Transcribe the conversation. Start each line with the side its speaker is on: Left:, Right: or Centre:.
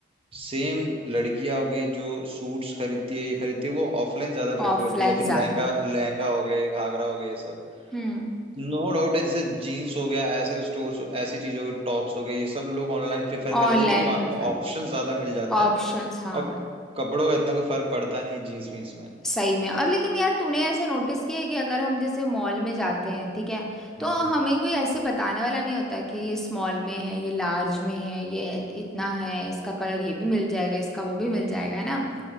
Right: सेम लड़कियां हो गई जो सूट्स खरीदती है ये खरीदती है वो ऑफलाइन ज्यादा प्रेफर
Centre: ऑफलाइन
Right: करती है या फिर लहंगा
Centre: ज्यादा
Right: लहंगा हो गए घाघरा हो गए ये सब
Centre: हम्म
Right: नो डाउट है जैसे जीन्स हो गया ऐसे स्टोर्स ऐसी चीज हो गई टॉप्स हो गई ये सब लोग ऑनलाइन प्रेफर कर
Centre: Online
Right: लेते हैं क्योंकि वहां
Centre: prefer
Right: पे ऑप्शन ज्यादा मिल जाता
Centre: ऑप्शंस
Right: है
Centre: हाँ
Right: और कपड़ों का इतना कोई फर्क पड़ता नहीं है जीन्स वीन्स में
Centre: सही में और लेकिन यार तूने ऐसे नोटिस किया है कि अगर हम जैसे मॉल में जाते हैं ठीक है
Right: हम्म
Centre: तो हमें कोई ऐसे बताने वाला नहीं होता कि ये स्मॉल में है ये लार्ज में है ये ए- इतना है इसका कलर ये भी मिल जाएगा इसका वो भी मिल जाएगा है ना
Right: हाँ,